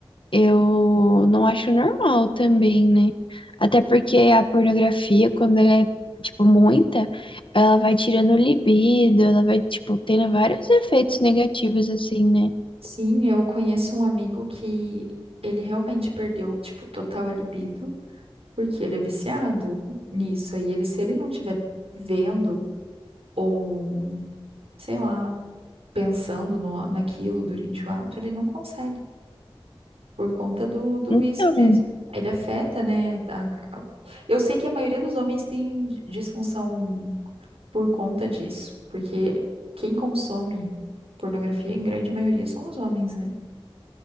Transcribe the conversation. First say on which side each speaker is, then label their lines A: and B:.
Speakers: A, on the left (about 60°); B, on the right (about 80°).
A: eu não acho normal também, né? Até porque a pornografia, quando ela é, tipo, muita, ela vai tirando o libido, ela vai, tipo, tendo vários efeitos negativos, assim, né?
B: Sim, eu conheço um amigo que ele realmente perdeu, tipo, total a libido, porque ele é viciado nisso. aí ele, se ele não tiver vendo ou sei lá, pensando no, naquilo durante o ato, ele não consegue, por conta do, do
A: Então.
B: vício mesmo. Ele afeta, né? a- a- Eu sei que a maioria dos homens tem disfunção por conta disso, porque quem consome pornografia, em grande maioria, são os homens, né?